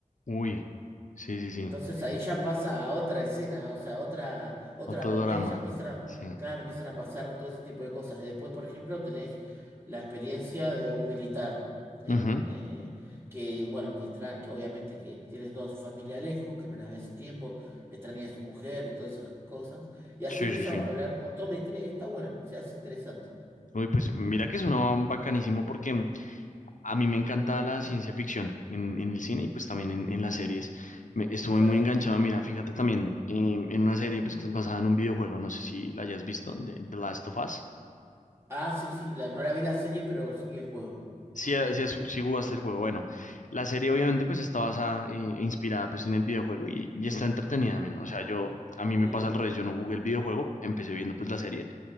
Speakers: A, on the left; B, on the right.
A: Uy. Sí, sí, sí.
B: Entonces ahí ya pasa a otra escena, o sea, a otra, otra
A: Otro
B: realidad
A: drama.
B: y ya empiezan a,
A: Sí.
B: claro, empiezan a pasar todo ese tipo de cosas. Y después, por ejemplo, tenés la experiencia de un militar en,
A: Ujú.
B: eh, que, bueno, que, extra- que obviamente que tiene toda su familia lejos, que no las ve hace tiempo, extraña a su mujer y todas esas cosas. Y así
A: Sí,
B: empiezan
A: sí, sí.
B: a hablar un montón de historias y está bueno, se hace interesante.
A: Uy, pues mira que suena bacanísimo porque a mí me encanta la ciencia ficción en, en el cine y pues también en, en las series. Me, estuve
B: Claro.
A: muy enganchado, mira, fíjate también em, en una serie pues que es basada en un videojuego, no sé si la hayas visto, de The Last of Us.
B: Ah, sí, sí, la, no la vi la serie, pero sí el juego.
A: si si si jugaste el juego. Bueno, la serie obviamente pues está basada, eh, e inspirada pues en el videojuego y, y está entretenida, men. O sea, yo, a mí me
B: ¿Sí?
A: pasa al revés, yo no jugué el videojuego, empecé viendo pues la serie.